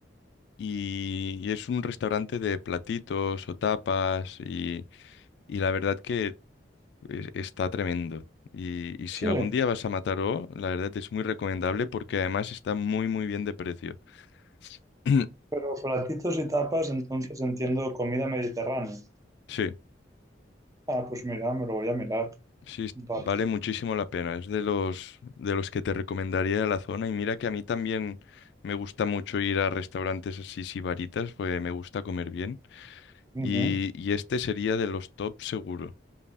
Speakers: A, on the left (about 70°); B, on the right (about 20°).
A: Y, y es un restaurante de platitos o tapas y, y la verdad que Es- Está tremendo. Y, y si
B: Sí,
A: algún día vas a Mataró, la verdad es muy recomendable porque además está muy muy bien de precio. <clears throat>
B: pero platitos y tapas, entonces entiendo comida mediterránea.
A: Sí,
B: Ah, pues mira, me lo voy a mirar.
A: sí, es-
B: Vale.
A: vale muchísimo la pena. Es de los de los que te recomendaría de la zona. Y mira que a mí también me gusta mucho ir a restaurantes así sibaritas, pues me gusta comer bien. Y,
B: Ujú.
A: y este sería de los top seguro.